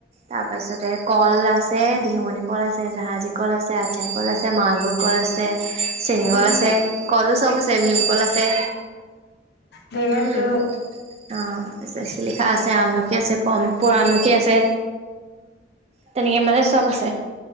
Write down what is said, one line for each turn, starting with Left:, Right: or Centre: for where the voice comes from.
Right: তাৰপাছত ত কল আছে দিমণি কল আছে জাহাজী কল আছে আঠিয়া কল আছে মালভোগ কল আছে চেনী
Left: উম
Right: কল আছে কলো চব আছে ভীমকল আছে
Left: ধেই
Right: উম।
Left: আছে অ
Right: অ তই চাইছিলি। আছে আমলখি আছে প পৰ আমলখি আছে তেনেকে এ মানে চব আছে